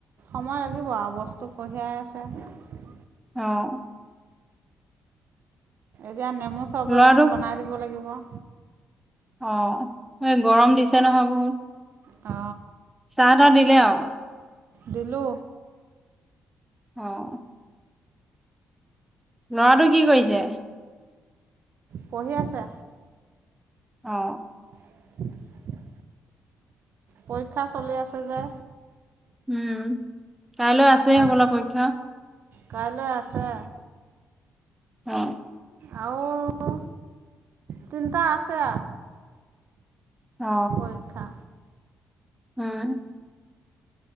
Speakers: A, on the right; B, in the centre.
A: সময় লাগিব আৰু বস্তু কঢ়িয়াই আছে।
B: অ।
A: এতিয়া নেমু চৰবত
B: ল'ৰাটোক
A: অকণ বনাই দিব লাগিব। <inaudible>
B: অ এই গৰম দিছে নহয় বহুত!
A: অ।
B: চাহ তাহ দিলে আৰু?
A: দিলো।
B: অ। লৰাটো কি কৰিছে?
A: পঢ়ি আছে।
B: অ
A: <unintelligible> পৰীক্ষা চলি আছে যে
B: উম কাইলৈ আছেই
A: আজ
B: হবলা পৰীক্ষা
A: কাইলৈ আছে
B: অ
A: আৰু তিনিটা আছে
B: অ
A: পৰীক্ষা
B: উম